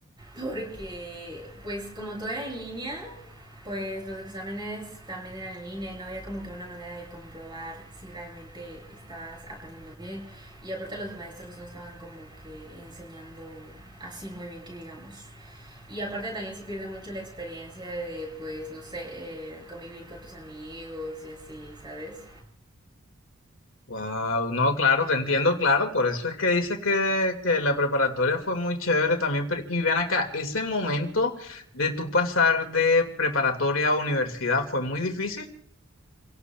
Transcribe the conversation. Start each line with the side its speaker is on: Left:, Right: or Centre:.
Right: porque pues como todo era en línea, pues los exámenes también eran en línea y no había como que una manera de comprobar si realmente estabas aprendiendo bien. Y aparte los maestros no estaban como que enseñando así muy bien que digamos. Y aparte también se pierde mucho la experiencia de, pues, no sé, eh, convivir con tus amigos y así, ¿sabes?
Left: Wow, no, claro, te entiendo, claro, por eso es que dices que, que la preparatoria fue muy chévere también, pero y ven acá, ese momento de tú pasar de preparatoria a universidad fue muy difícil.